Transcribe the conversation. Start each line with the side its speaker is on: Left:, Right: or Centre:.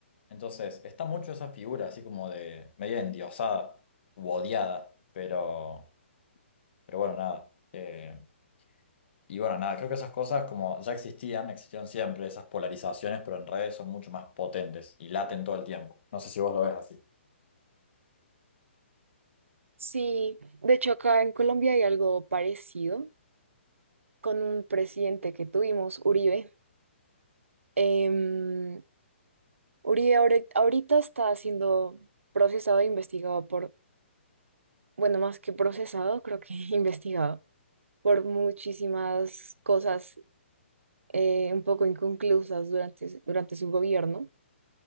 Left: Entonces, está mucho esa figura así como de media endiosada u odiada, pero, pero bueno, nada. Eh, y bueno, nada, creo que esas cosas como ya existían, existieron siempre, esas polarizaciones, pero en redes son mucho más potentes y laten todo el tiempo. No sé si vos lo ves así.
Right: Sí, de hecho acá en Colombia hay algo parecido con un presidente que tuvimos, Uribe. Em, Uri ahori- ahorita está siendo procesado e investigado por, bueno, más que procesado, creo que <laughs> investigado por muchísimas cosas eh, un poco inconclusas durante, s- durante su gobierno.